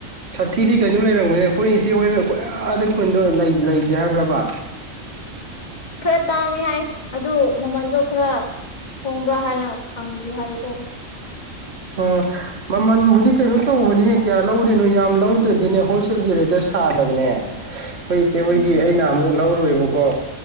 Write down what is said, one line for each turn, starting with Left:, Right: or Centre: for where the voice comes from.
Right: ꯁꯥꯊꯤꯗꯤ ꯀꯩꯅꯣ ꯂꯩꯔꯝꯃꯤꯅꯦ ꯑꯩꯈꯏꯁꯦ ꯍꯣꯏ ꯀꯣꯏꯌꯥꯗꯩ ꯈꯨꯟꯗꯣ ꯂꯩꯇꯦ ꯍꯥꯏꯕ꯭ꯔꯕ
Left: ꯈꯔ ꯇꯥꯡꯉꯦ ꯍꯥꯏ ꯑꯗꯨ ꯃꯃꯟꯗꯣ ꯈꯔ ꯍꯣꯡꯕ꯭ꯔꯥ ꯍꯥꯏꯅ ꯍꯪꯕꯤꯌꯨ ꯍꯥꯏꯕꯀꯣ
Right: ꯑꫭ ꯃꯃꯜꯕꯨꯗꯤ ꯀꯩꯅꯣ ꯇꯧꯕꯧꯕꯅꯦꯍꯦ ꯀꯌꯥ ꯂꯧꯗꯣꯏꯅꯣ ꯌꯥꯝ ꯂꯧꯗ꯭ꯔꯗꯤꯅꯦ ꯍꯣꯜꯁꯦꯜꯒꯤ ꯔꯦꯠꯇ ꯁꯥꯗꯕꯅꯦ ꯑꯈꯣꯏ ꯏꯆꯦ ꯍꯣꯏꯒꯤ
Left: ꯎꯝ
Right: ꯑꯩꯅ ꯑꯃꯨꯛ ꯂꯧꯔꯨꯑꯦꯕꯀꯣ